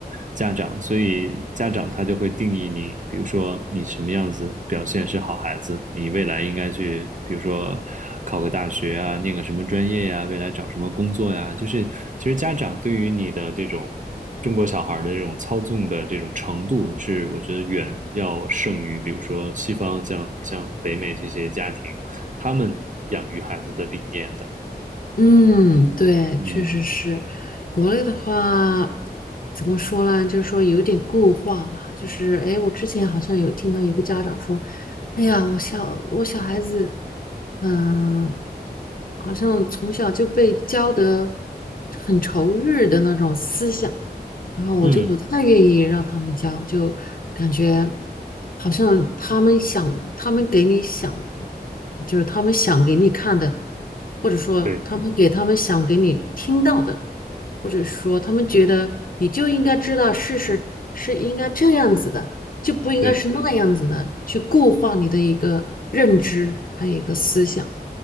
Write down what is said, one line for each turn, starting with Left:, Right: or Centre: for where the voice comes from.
Right: 家长，所以家长他就会定义你，比如说你什么样子表现是好孩子，你未来应该去，比如说考个大学啊，念个什么专业呀，未来找什么工作呀，就是其实家长对于你的这种。中国小孩的这种操纵的这种程度，是我觉得远要胜于，比如说西方像像北美这些家庭，他们养育孩子的理念的。
Left: 嗯，对，
Right: 嗯
Left: 确实是。国内的话，怎么说呢？就是说有点固化吧。就是，哎，我之前好像有听到一个家长说，哎呀，我小我小孩子，嗯、好像从小就被教得很仇日的那种思想。然后我就不太愿意让他们教，
Right: 嗯，
Left: 就感觉好像他们想，他们给你想，就是他们想给你看的，或者说他们给他们想给你听到的，
Right: 对
Left: 或者说他们觉得你就应该知道事实是应该这样子的，就不应该是那样子的，
Right: 对，
Left: 去固化你的一个认知，还有一个思想。